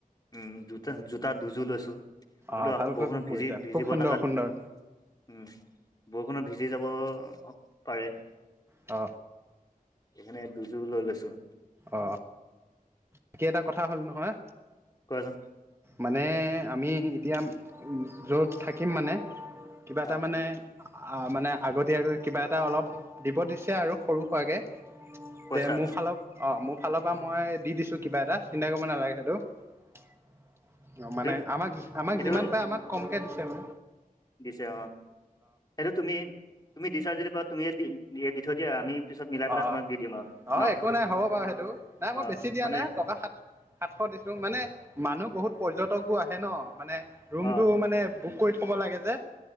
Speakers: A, on the left; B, on the right.
A: উম, জোতা-জোতা দুযোৰ লৈছো, হয়টো
B: অ
A: আকৌ
B: ভাল কাম
A: বৰষুণত ভিজি-
B: কৰিছা
A: ভিজিব
B: খুব সুন্দৰ
A: লগা
B: সুন্দৰ
A: উম, বৰষুণত ভিজি যাব পাৰে।
B: অ,
A: সেইখনে দুযোৰ লৈ লৈছো।
B: অ, বাকী এটা কথা হ'ল নহয়।
A: কোৱাচোন?
B: মানে, আমি এতিয়া য'ত থাকিম মানে। কিবা এটা
A: অ
B: মানে। অ, মানে আগতিয়াকৈ কিবা এটা অলপ দিব দিছে আৰু, সৰু-সোৱাকে।
A: পইচা
B: তে, মোৰ ফালৰ অ, মোৰ ফালৰ পৰা মই দি দিছো কিবা এটা চিন্তা কৰিব নালাগে সেইটো। অ, মানে
A: সেইটো
B: আমাক-আমাক
A: সেইটো
B: যিমান পাৰে আমাক কমকে দিছে মে
A: দিছো অ, সেইটো তুমি- তুমি দিছা যদি তুমিয়ে দি-দি থৈ দিয়া আমি। পিছত মিলাই পেলাই
B: অ,
A: তোমাক দি দিম আৰু
B: অ,
A: ন
B: একো নাই হ'ব বাৰু, সেইটো নাই
A: অ
B: মই বেছি দিয়া
A: মানে
B: নাই টকা সাত সাতশ দিছো মানে, মানুহ বহুত পৰ্যটক বোৰ আহে ন, মানে ৰুমতটো
A: অ
B: মানে বুক কৰি থব লাগে যে,